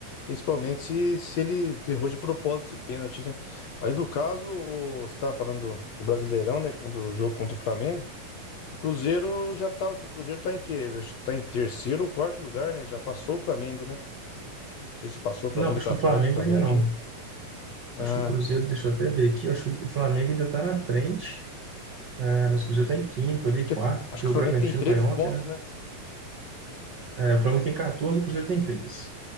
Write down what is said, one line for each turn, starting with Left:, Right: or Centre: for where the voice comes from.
Left: Principalmente se, se ele errou de propósito esse pênalti, né? Mas no caso, o- você estava falando do, do Brasileirão, né? Quando o jogo contra o Flamengo, o Cruzeiro já tá. O Cruzeiro tá em quê? Ele acho que tá em terceiro ou quarto lugar, né? Já passou o Flamengo, né? Não sei se passou o Flamengo,
Right: Não, acho
Left: tá
Right: que
Left: atrás
Right: o Flamengo
Left: do Flamengo
Right: ainda não.
Left: ainda. Ah,
Right: Acho que o Cruzeiro, deixa eu até ver aqui, acho que o Flamengo ainda está na frente. É, mas o Cruzeiro está em quinto ali,
Left: acho que,
Right: quarto,
Left: acho
Right: porque
Left: que
Right: o
Left: o Flamengo
Right: Bragantino
Left: tem treze
Right: ganhou
Left: pontos,
Right: ontem, né?
Left: né?
Right: É, o Flamengo tem 14, o Cruzeiro tem 13.